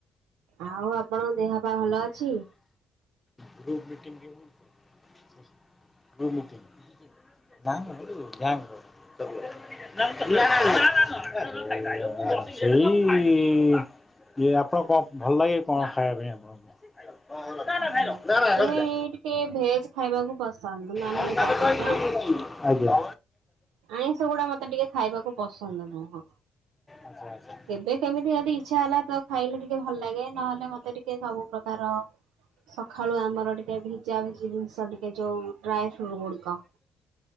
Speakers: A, on the right; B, on the left.
A: ଆଉ ଆପଣଙ୍କ ଦେହ ପା ଭଲ ଅଛି?
B: ହଁ ମ <unintelligible> <unintelligible> ଇଏ ଆପଣଙ୍କୁ କଣ ଭଲ ଲାଗେ କଣ ଖାଇବା ପାଇଁ ଆପଣଙ୍କୁ? <unintelligible> ନା
A: ମତେ
B: ନା ରଖିଥା
A: ଟିକେ ଭେଜ ଖାଇବାକୁ ପସନ୍ଦ ନନଭେଜ
B: <unintelligible>
A: ଅପେକ୍ଷା।
B: ଆଜ୍ଞା।
A: ଆଇଁଷ ଗୁଡା ମତେ ଟିକେ ଖାଇବାକୁ ପସନ୍ଦ ନୁହଁ।
B: ଆଚ୍ଛା ଆଚ୍ଛା।
A: କେବେ କେମିତି ଯଦି ଇଚ୍ଛା ହେଲା ତ ଖାଇଲେ ଟିକେ ଭଲ ଲାଗେ ନହେଲେ ମତେ ଟିକେ ସବୁ ପ୍ରକାର ସଖାଳୁ ଆମର ଟିକେ ଭିଜା ଭିଜି ଜିନିଷ ଟିକେ ଯୋଉ ଡ୍ରାଏ ଫ୍ରୁଟ୍ ଗୁଡିକ